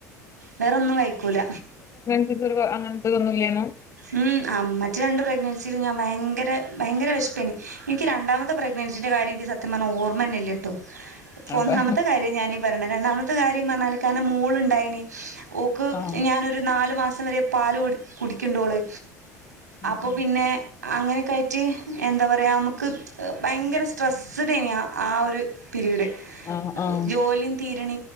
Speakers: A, on the right; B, on the left.
A: വേറൊന്നും കഴിക്കൂല
B: <unintelligible> അങ്ങനൊന്നുമല്ലനോ
A: ഉം ആ മറ്റ രണ്ട് പ്രഗ്നൻസിയിൽ ഞാൻ ഭയങ്കര ഭയങ്കര വെശപ്പ് എനിക്ക് രണ്ടാമത്തെ പ്രെഗ്നസിന്റയ് കാര്യം എനിക്ക് സത്യം പറഞ്ഞാൽ ഓർമ്മ തന്ന ഇല്ലേ കേട്ടോ
B: അതാ
A: ഒന്നാമത്തെ കാര്യം ഞാനി പറ- രണ്ടാമത്തെ കാര്യം പറഞ്ഞാല് കാരണം മോള് യുണ്ടായിന് ഓക്ക്
B: ആഹ്
A: ഞാനരു നാല് മാസം - വരെ പാല് കൊടു കുടി കിണ്ടോള്
B: ഉം
A: അപ്പൊ
B: ഉം
A: പിന്നെ- അങ്ങനെയൊക്കെ ആയിട്ട് എന്താ പറയുക നമുക്ക് ഭയങ്കര സ്ട്രെസ്സ്ഡ തനെയ ആ ഒരു - പീരിയഡ്
B: ആഹ് ആഹ്
A: ജോലിയും തി- <unintelligible> അങ്ങനെ